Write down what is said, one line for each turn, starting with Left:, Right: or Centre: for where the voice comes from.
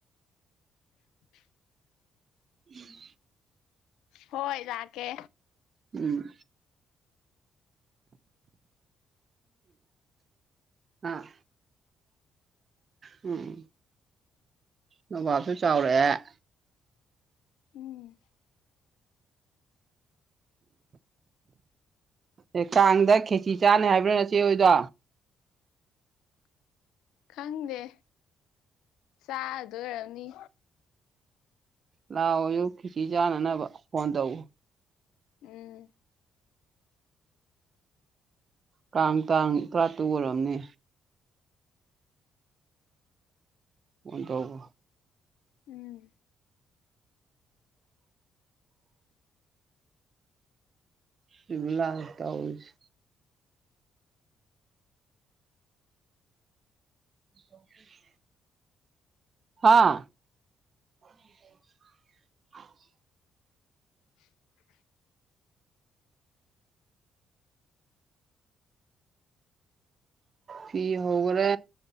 Left: <inaudible>
Right: ꯎꯝ
Left: ꯍꯣꯏ ꯂꯥꯛꯀꯦ
Right: ꯎꯝ ꯑ ꯎꯝ ꯅꯕꯥꯞꯁꯨ ꯆꯥꯎꯔꯛꯑꯦ
Left: ꯎꯝ
Right: ꯑꯦ ꯀꯥꯡꯗ ꯈꯦꯆꯤ ꯆꯥꯅꯤ ꯍꯥꯏꯕ꯭ꯔꯥ ꯅꯆꯦ ꯍꯣꯏꯗꯣ
Left: ꯈꯪꯗꯦ ꯆꯥꯗꯣꯏꯔꯝꯅꯤ
Right: ꯂꯥꯛꯑꯣ ꯌꯨ ꯐꯤꯁꯤꯤ ꯆꯥꯅꯅꯕ ꯐꯣꯟ ꯇꯧꯎ
Left: ꯎꯝ
Right: ꯀꯥꯡ ꯇꯥꯡ ꯇꯔꯥꯇꯨ ꯑꯣꯏꯔꯕꯝꯅꯦ ꯑꯣꯟ ꯇꯧꯕ
Left: ꯎꯝ
Right: <unintelligible> <inaudible> ꯍꯥꯥ <inaudible> <inaudible>
Left: <unintelligible>
Right: ꯐꯤ ꯍꯧꯒ꯭ꯔꯦ